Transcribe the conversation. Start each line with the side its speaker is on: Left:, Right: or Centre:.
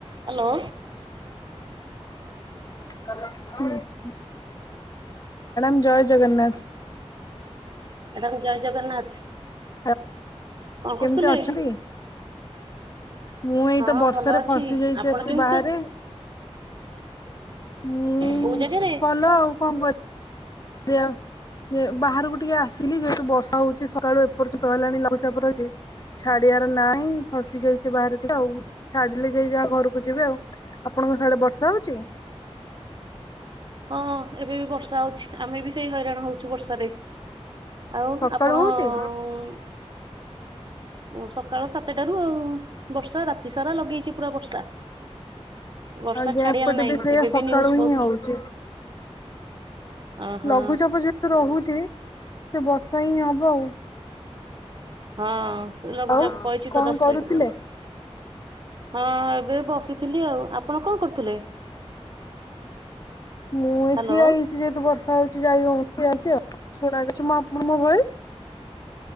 Right: Hello.
Left: Hello. <unintelligible> Madam ଜୟ Jagannath.
Right: Madam ଜୟ ଜଗନ୍ନାଥ।
Left: ହା
Right: କଣ କରୁଥିଲେ?
Left: କେମିତି ଅଛନ୍ତି? ମୁଁ ଏଇତ
Right: ହଁ
Left: ବର୍ଷାରେ
Right: ଭଲ ଅଛି
Left: ଫସି ଯାଇଛି
Right: ଆପଣ
Left: ଆସି
Right: କେମିତି
Left: ବାହାରେ।
Right: ଅ
Left: ମୁଁ
Right: କୋଉ ଜାଗାରେ?
Left: ଭଲ ଆଉ କଣ କର୍ ରିଆ? ଯେ ବାହାରୁକୁ ଟିକେ ଆସିଲି ଯେହେତୁ ବର୍ଷା ହଉଛି ସକାଳୁ ଏପର୍ଯ୍ୟନ୍ତ ହେଲାଣି ଲଘୁଚାପ ରହିଛି ଛାଡିଆର ନାହିଁ ଫସି ଯାଇଛି ବାହାରେ ଟିକେ ଆଉ। ଛାଡିଲେ ଯାଇ ଯାହା ଘରୁକୁ ଯିବି ଆଉ। ଆପଣଙ୍କ ସାଡେ ବର୍ଷା ହଉଚି?
Right: ହଁ ଏବେ ବି ବର୍ଷା ହଉଛି। ଆମେ ବି ସେଇ ହଇରାଣ ହଉଛୁ ବର୍ଷାରେ। ଆଉ
Left: ସକାଳୁ
Right: ଆପଣ
Left: ହଉଛି
Right: ଅଁ ଓ ସକାଳ ସାତେଟାରୁ ଆଉ ବର୍ଷା ରାତି ସାରା ଲଗେଇଚି ପୁରା ବର୍ଷା। ବର୍ଷା
Left: ଆଜ୍ଞା
Right: ଛାଡିଆର
Left: ଏପଟେ
Right: ନାହିଁ।
Left: ବି ସେଇଆ
Right: ଏବେ
Left: ସକାଳୁ
Right: ବି ନ୍ୟୁଜ୍
Left: ହିଁ
Right: କହୁଥିଲେ
Left: ହଉଛି
Right: ଓହୋ।
Left: ଲଘୁଚାପ ଯେହେତୁ ରହୁଛି, ସେ ବର୍ଷା ହିଁ ହବ ଆଉ।
Right: ହଁ ସେ ଲଘୁଚାପ
Left: ଆଉ
Right: କହିଛି
Left: କଣ
Right: ତ ଦଶ
Left: କରୁଥିଲେ?
Right: ତାରିଖ ପର୍ଯ୍ୟନ୍ତ। ହଁ ଏବେ ବସିଥିଲି ଆଉ, ଆପଣ କଣ କରୁଥିଲେ?
Left: ମୁଁ ଏଇ
Right: ହ୍ୟାଲୋ
Left: ଠିଆ ହେଇଛି ଯେହେତୁ ବର୍ଷା ହଉଛି ଯାଇ ହଉନି ଠିଆ ହେଇଚି ଆଉ। ଶୁଣାଯାଉଛି ମ ଆପଣ ମୋ ଭଏସ୍?